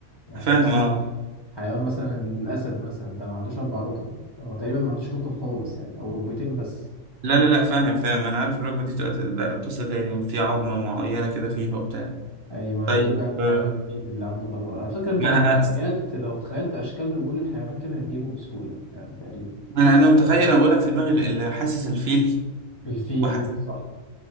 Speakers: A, on the left; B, on the right.
A: يعني
B: فاهم
A: مثلا
B: اه
A: حيوان مثلا الاسد مثلا ده ما عندوش اربع ركب هو تقريبا ما عندوش ركب خالص يعني او ركبتين بس
B: لا لا لا فاهم فاهم انا عارف الركبه دي بتبقى لا، قصه تاني وفي عظمه معينه كده فيها وبتاع
A: ايوه
B: طيب
A: ايه بقى
B: آه،
A: الحيوان الوحيد اللي عنده الاربع على فكره انت
B: ما
A: لو تخيلت
B: انا
A: لو خيلت اشكال رجول الحيوانات كده هتجيبه بسهوله يعني تقريبا
B: ما انا انا متخيل انا بقول لك في دماغي ال- ال- حاسس الفيل
A: الفيل
B: وحاسس
A: صح